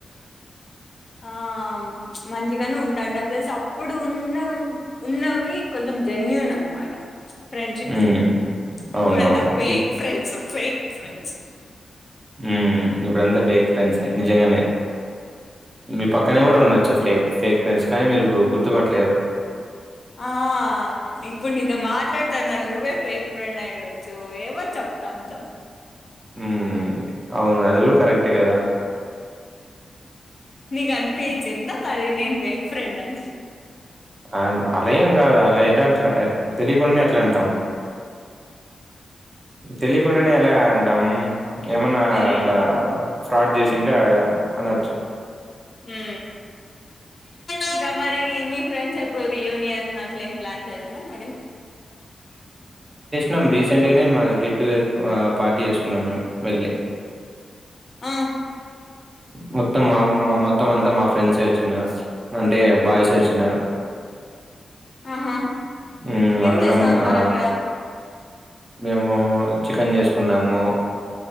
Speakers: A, on the left; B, on the right.
A: ఆ మంచిగానే ఉంటాండ ప్లస్ అప్పుడు ఉన్న ఉన్నవి కొంచెం జన్యూన్ అనమాట‌. ఫ్రెండ్షిప్స్
B: హ్మ్.
A: ఇప్పుడంతా
B: అవునవును.
A: ఫేక్
B: ఇప్
A: ఫ్రెండ్స్ ఫేక్ ఫ్రెండ్స్.
B: ఉ ఇప్పుడుంతా ఫేక్ ఫ్రెండ్స్ నిజంగానే. మీ పక్కనే గూడా ఉండొచ్చు ఫే ఫేక్ ఫ్రెండ్స్. కానీ మీరు గుర్తుపట్టలేరు.
A: ఆ ఇప్పుడు నీతో మాట్లాడతాన్నా నువ్వే ఫేక్ ఫ్రెండ్ అయిండొచ్చు ఎవరు చెప్తాం చెప్.
B: హు‌‌ అవును అది కూడా కరెక్ట్. అంతె కదా.
A: నీకు అనిపించిందా మరి నేను ఫేక్ ఫ్రెండ్ అని.
B: ఆ అల అని కాదు ఎట్ల అయితే అట్లా. తెలియకుండా ఎట్లా అంటాం. తెలియకుండానే ఎలా అంటాం ఏమన్నా
A: మ్మ్
B: ఇట్లా ఫ్రాడ్ చేసి తింటే అనచ్చు.
A: ఊ ఇంకా మరి మీ మీ ఫ్రెండ్స్ ఎప్పుడు రియూనియన్ అట్ల ఎం ప్లాన్ చేయలేదా మరి
B: నం రీసెంట్ గనే మాది గెట్టుగెల్ పార్టీ చేసుకున్నాం మేం వెళ్ళి
A: ఆ
B: మొత్తం మా మా మత్ మొత్తం అంతా మా ఫ్రెండ్స్సే వచ్చిన్నారు. అంటే బాయ్స్ వచ్చిన్నారు.
A: ఆహా
B: ఊ
A: ఏం
B: అందరం
A: చేసినారు మరి
B: ఆ
A: అక్కడ
B: మేము చికెన్ చేసుకున్నాము